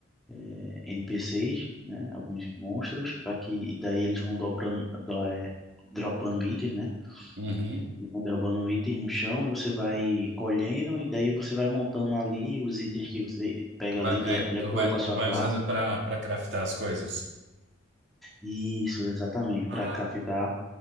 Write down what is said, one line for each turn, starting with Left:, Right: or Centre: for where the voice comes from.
Centre: eh, NPCs, né, alguns monstros, para que e daí eles vão dobrando, dó- eh, dropando itens, né,
Right: Uhum.
Centre: eles vão derrubando itens no chão e você vai colhendo, e daí você vai montando ali os itens que você pega
Right: Tu
Centre: ali
Right: vai,
Centre: de,
Right: aí
Centre: de
Right: tu
Centre: acordo
Right: vai,
Centre: com
Right: tu
Centre: a sua
Right: vai
Centre: classe.
Right: usando pra, pra craftar as coisas.
Centre: Isso, exatamente,
Right: Ah,
Centre: para craftar,